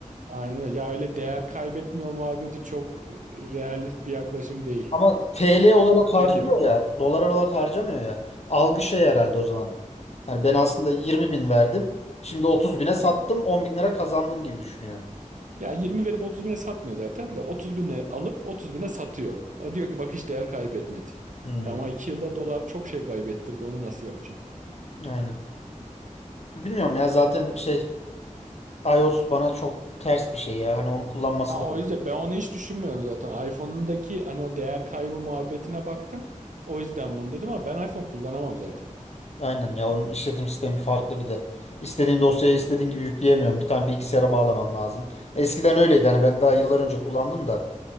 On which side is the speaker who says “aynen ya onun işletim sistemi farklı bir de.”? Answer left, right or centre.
Left